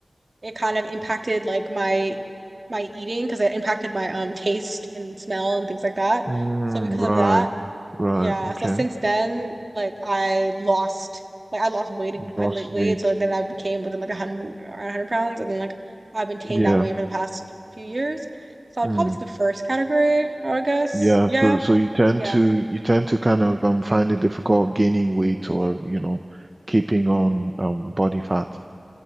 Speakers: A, on the right; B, on the right.
A: it kind of impacted like my, my eating because it impacted my, um, taste and smell and things like that.
B: Mm,
A: So because
B: right,
A: of that,
B: right.
A: yeah,
B: Okay.
A: so since then, like I lost, like I lost weight,
B: Lost
A: I like weight,
B: weight.
A: so then I became within like a hundred, around hundred pounds, and then like I've maintained
B: Yeah.
A: that weight for the past few years. So I'd
B: Mm,
A: probably say the first category, I guess.
B: yeah.
A: Yeah,
B: So so you tend
A: yeah,
B: to you tend to kind of um find it difficult gaining weight or, you know, keeping on um body fat.